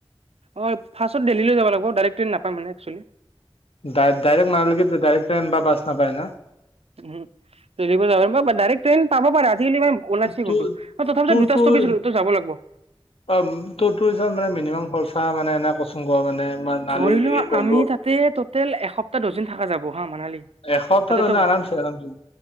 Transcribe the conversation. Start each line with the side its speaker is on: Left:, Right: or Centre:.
Right: অ ফাৰ্চত দেল্লীলৈ যাব লাগিব ডাইৰেক্ট ট্ৰেইন নাপায় মানে একচুৱেলি
Left: ডাই ডাইৰেক্ মালিকি ডাইৰেক্ ট্ৰেন বা বাছ নাপায় না
Right: উহু দেল্লীৰ পৰা যাব ডাৰেক্ট ট্ৰেইন পাব পাৰে আজিকালি ম ওলাইছে
Left: তোৰ
Right: কোনটো তথাপি দুটা
Left: তোৰ
Right: ষ্টপিচ যাব লাগব।
Left: অ টু টু হিচাপত মানে মিনিমাম খৰচা মানে এনে কচোন ক মানে মানালীলৈকে
Right: ধৰি লোৱা
Left: গ'লো
Right: আমি তাতে টোটেল এসপ্তাহ দহ দিন থকা যাব হা মানালি
Left: এসপ্তাহ
Right: তাতে
Left: দুদিন
Right: ত
Left: আৰামছে আৰামছে